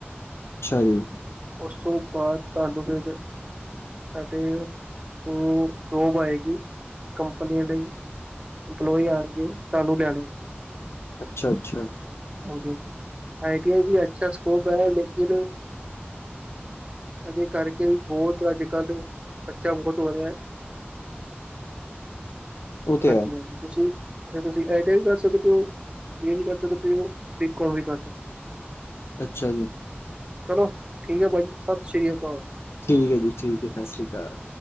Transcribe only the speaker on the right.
ਉਸ ਤੋਂ ਬਾਅਦ ਤੁਹਾਨੂੰ ਜ ਸਾਡੇ ਉਹ ਜੋਬ ਆਏਗੀ ਕੰਪਨੀ ਨੇੜੇ ਇੰਪਲੋਈ ਆਣਗੇ ਤੁਹਾਨੂੰ ਲੈਣੇ ਵਾਸਤੇ।
ਹਾਂਜੀ-ਹਾਂਜੀ ਆਈ ਟੀ ਆਈ ਵੀ ਅੱਛਾ ਸਕਕੋਪ ਏ ਲੇਕਿਨ। ਇਹਦੇ ਕਰਕੇ ਵੀ ਬਹੁਤ ਅੱਜ-ਕੱਲ੍ਹ ਬੱਚਾ ਬਹੁਤ ਵਧਿਆ।
ਹਾਂਜੀ-ਹਾਂਜੀ।
ਤੁਸੀਂ ਤੁਸੀਂ ਆਈਟੀ ਵੀ ਕਰ ਸਕਦੇ ਹੋ, ਬੀ ਏ ਵੀ ਕਰ ਸਕਦੇ ਹੋ, ਬੀਕਮ ਵੀ ਕਰ ਸਕਦੇ ਹੋ।
ਚਲੋ ਠੀਕ ਏ ਭਾਜੀ, ਸਤਿ ਸ੍ਰੀ ਅਕਾਲ।